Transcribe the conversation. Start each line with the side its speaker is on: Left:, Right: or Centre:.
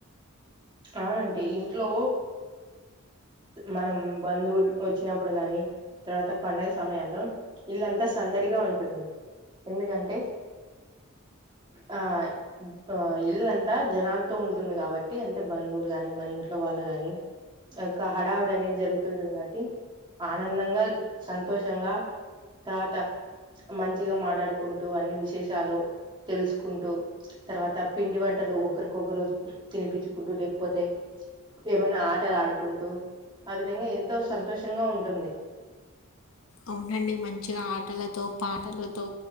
Right: అవునండి ఇంట్లో మనం బంధువులు వచ్చినప్పుడు గాని తర్వాత పండగ సమయాల్లో ఇళ్లంతా సందడి ఉంటుంది ఎందుకంటే ఆ ఇల్లంతా జనాలతో ఉంటుంది కాబట్టి అ బంధువులు గాని మన ఇంట్లో వాళ్ళు గాని యొక్క హడావుడి అనేది జరుగుతుంటది కాబట్టి ఆనందంగా సంతోషంగా తర్వాత మంచిగా మాట్లాడుకుంటూ అన్ని విశేషాలు తెలుసుకుంటూ తర్వాత పిండి వంటలు ఒకరికొకరు తినిపించు కుంటూ లేకపోతే ఏమన్న ఆటలు ఆడుకుంటూ ఆ విధంగా ఎంతో సంతోషంగా ఉంటుంది
Left: అవునండి మంచిగా ఆటలతో పాటలతో